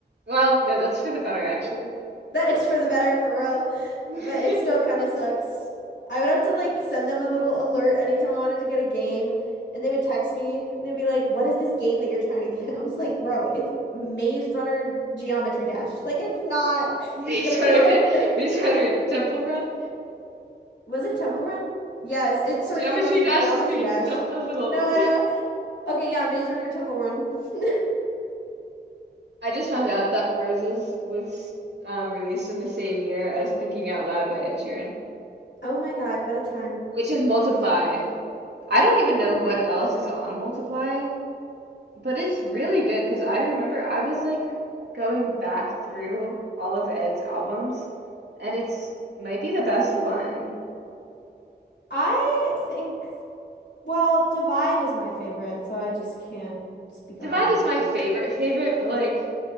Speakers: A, on the right; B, on the left.
A: Well, no, that's for the better, actually.
B: That is for the better, for real.
A: <laughs>
B: But it still kind of sucks. I would have to like send them a little alert anytime I wanted to get a game, and they would text me and they'd be like, "What is this game that you're trying to get?" <laughs> I was like, "Bro, it's Maze Runner Geometry Dash. Like, it's not
A: Maze
B: <laughs> gonna kill
A: Runner,
B: anybody."
A: <laughs> Maze
B: <laughs>
A: Runner Temple Run.
B: Was it Temple Run? Yes, it certainly
A: Geometry
B: wasn't
A: Dash
B: Geometry
A: is where you
B: Dash.
A: jump the little.
B: No, I know. Okay, yeah, Maze Runner Temple Run. <laughs>
A: <laughs> I just found out that Roses was um, released in the same year as Thinking Out Loud by Ed Sheeran,
B: Oh my God, what a time.
A: which is Multiply.
B: What a time.
A: I don't even
B: Oh,
A: know what else is on Multiply, but it's really good because I remember I was like going back through all of Ed's albums, and it's might be the best one.
B: I think. Well, Divide is my favorite, so I just can't speak
A: Divide
B: on that.
A: is my favorite favorite, but like